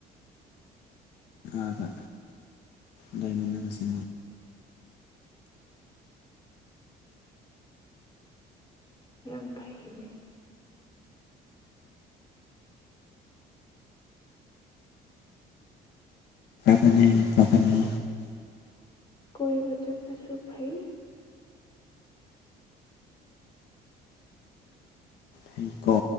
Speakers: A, on the left; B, on the left.
A: ꯑꯗ ꯂꯩꯏꯃꯅꯦ ꯇ ꯁꯤ
B: ꯌꯥꯝ ꯐꯩꯅꯦ
A: ꯀꯅꯤ ꯐꯅꯤ
B: ꯀ ꯆꯁꯨ ꯐꯥꯏ
A: ꯑꯩꯀꯣ